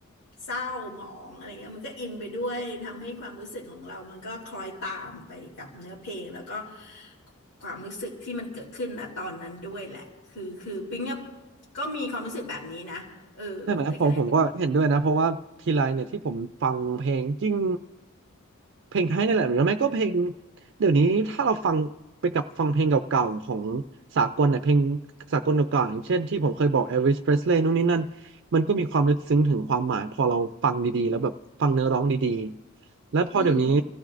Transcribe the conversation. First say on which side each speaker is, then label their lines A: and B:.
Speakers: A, on the left; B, on the right.
A: เศร้าหมองอะไรเงี้ยมันก็อินไปด้วยทำให้ความรู้สึกของเรามันก็คล้อยตามไปกับเนื้อเพลงแล้วก็ความรู้สึกที่มันเกิดขึ้นณตอนนั้นด้วยแหละคือคือปิ๊งอะก็มีความรู้สึกแบบนี้นะเออแต่ขณะ
B: ใช่ไหมผมผมก็เห็นด้วยนะเพราะว่าทีไรเนี่ยที่ผมฟังเพลงจริงเพลงไทยนี่แหละหรือไม่ก็เพลงเดี๋ยวนี้ถ้าเราฟังไปกับฟังเพลงเก่าๆของสากลเนี่ยเพลงสากลเก่าๆอย่างเช่นที่ผมเคยบอก Elvis Presley นู่นนี่นั่นมันก็มีความลึกซึ้งถึงความหมายพอเราฟังดีๆแล้วแบบฟังเนื้อร้องดีๆและพอเดี๋ยวนี้
A: อืม